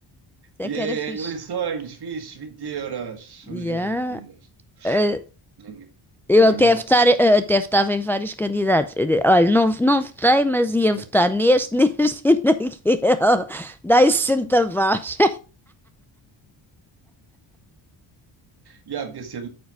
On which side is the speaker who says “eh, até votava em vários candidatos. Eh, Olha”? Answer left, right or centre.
Centre